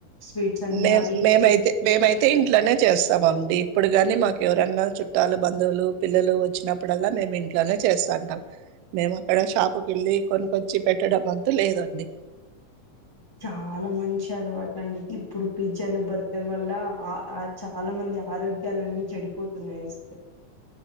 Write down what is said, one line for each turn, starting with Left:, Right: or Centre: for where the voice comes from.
Left: స్వీట్స అన్ని
Right: మే
Left: యా
Right: మేమైతే మేమైతే ఇంట్లోనే చేస్తాము అండి ఇప్పుడు కాని మాకు ఎవరన్నా చుట్టాలు బంధువులు పిల్లలు వచ్చినప్పుడల్లా మేము ఇంట్లోనే చేస్తంటాం మేము అక్కడ షాపుకి వెళ్ళి కొనికొచ్చి పెట్టడం అంత లేదండి
Left: చాలా మంచి అలవాటు అండి ఇప్పుడు పిజ్జాలు బర్గర్ వల్ల ఆ చాలా మంది ఆరోగ్యలు అన్ని చెడిపోతున్నాయి అసలు